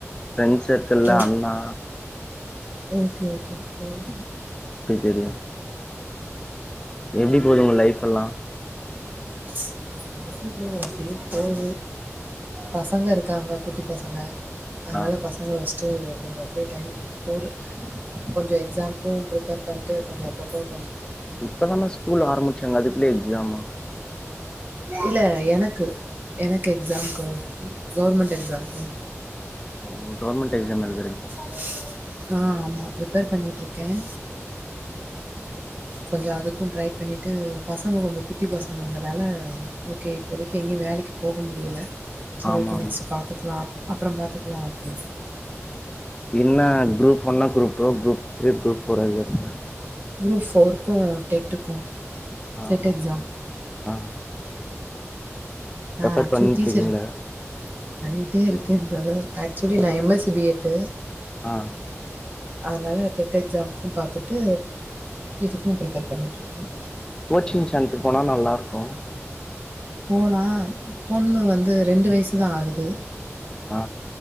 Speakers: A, on the left (about 15°); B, on the right (about 35°).
A: ஃப்ரெண்ட் சர்க்கிள்ல
B: ஓ
A: அண்ணா
B: ஓகே ஓகே பேரு
A: அப்டி தெரியு எப்டி போகுது உங்க லைஃப் எல்லா
B: எப்டி போகுது அப்டியே போது பசங்க இருக்காங்க குட்டி பசங்க அதனால
A: ஆ
B: பசங்க வச் டு வொ கொஞ்சொ அப்டியே டைம் போது கொஞ்சொ எக்ஸாம்க்கு ப்ரிப்பேர் பண்ட்டு கொஞ்சொ அப்பப்ப
A: இப்பதானான் ஸ்கூல் ஆரம்பிச்சாங்க அதுக்குள்ளயே எக்ஸாமா
B: இல்ல எனக்கு எனக்கு எக்ஸாம்க்கு கவுவர்மெண்ட் எக்ஸாம்க்கு
A: ஓ கவர்மெண்ட் எக்ஸாம் எல்
B: சல்ல ஆ ஆமாம் ப்ரிப்பேர் பண்ணட்டுருக்கேன் கொஞ்சம் அதுக்கும் ட்ரை பண்ணிட்டு பசங்க கொஞ்சம் குட்டி பசங்கங்கிறனால ஓகே இப்போதைக்கு எங்கேயும் வேலைக்கு போக சரி
A: ஆமா
B: ஓகே நெக்ஸ்ட்
A: ஆமா
B: பாத்துக்கலாம் அப்புறம் பாத்துக்கலாம் அப்டின்னு
A: என்ன குரூப் ஒன்னா group two group three group four இருக்க
B: குரூப் ஃபோருக்கும் டெட்டுக்கும்
A: ஆ
B: டெட் எக்ஸாம்
A: ஓகே. ஆ
B: நா
A: ரெஃபர்
B: ஆக்சுவலி
A: பண்ணிட்டு
B: டீச்சர்
A: இருக்கீங்களா
B: பண்ணிட்டே இருக்கேன் பிரதர் ஆக்சுவலி நான் எம்எஸ் சி பிஎட்டு
A: ஆ
B: அதனால டெட் எக்ஸாம்க பாத்துட்டு இதுக்கும் ப்ரிப்பேர் பண்ணிட்டு இருக்கேன்
A: கோச்சிங் சென்ட்ரு போனா நல்லாருக்கோ
B: போனா பொண்ணு வந்து ரெண்டு வயசுதா ஆகுது
A: ஆ